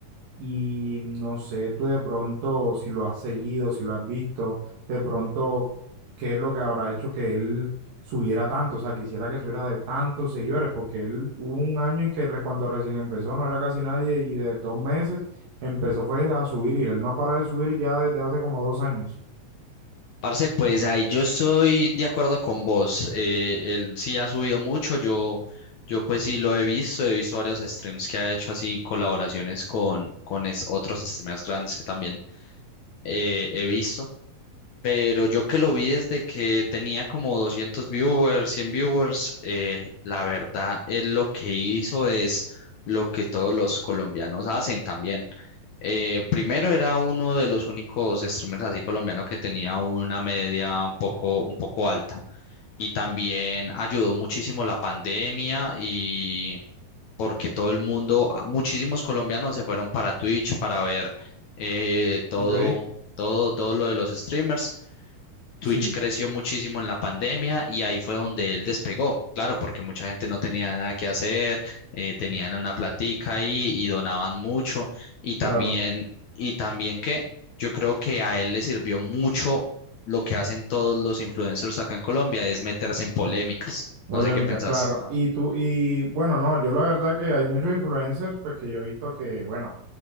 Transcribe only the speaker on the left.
Parce, pues ahí yo estoy de acuerdo con vos. eh, él sí ha subido mucho. Yo, yo pues sí lo he visto. He visto varios streams que ha hecho así colaboraciones con, con es- otros streamers grandes que también eh, he visto. Pero yo que lo vi desde que tenía como 200 viewers, 100 viewers, eh, la verdad, él lo que hizo es lo que todos los colombianos hacen también. Eh, primero era uno de los únicos streamers así colombianos que tenía una media un poco, un poco alta. Y también ayudó muchísimo la pandemia y porque todo el mundo, ah, muchísimos colombianos se fueron para Twitch para ver eh, todo,
todo, todo lo de los streamers. Twitch
creció muchísimo en la pandemia y ahí fue donde él despegó, claro, porque mucha gente no tenía nada que hacer, eh, tenían una platica ahí y donaban mucho y también,
y también que yo creo que a él le sirvió mucho lo que hacen todos los influencers acá en Colombia, es meterse en polémicas.
No sé qué pensás.